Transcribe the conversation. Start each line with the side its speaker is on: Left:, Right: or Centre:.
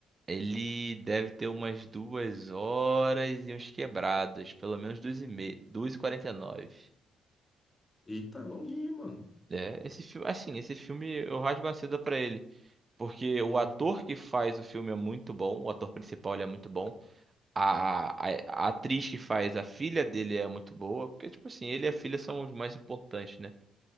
Right: ele deve ter umas duas horas e uns quebrados. Pelo menos duas e meia. Duas e quarenta e nove.
Left: Eita, é longuinho, mano.
Right: É, esse filme, assim, esse filme eu rasgo a seda pra ele, porque
Left: Hum,
Right: o ator que faz o filme é muito bom, o ator principal ele é muito bom, a, a, a atriz que faz a filha dele é muito boa, porque tipo assim, ele e a filha são os mais importantes, né?